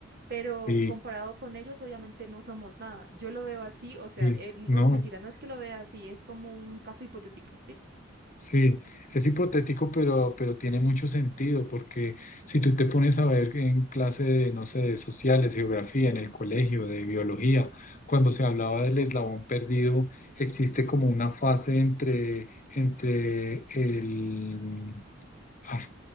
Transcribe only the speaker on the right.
pero
comparado con ellos, obviamente no somos nada. Yo lo veo así, o sea,
eh, no,
mentira, no es que lo vea así, es como un caso hipotético, ¿sí?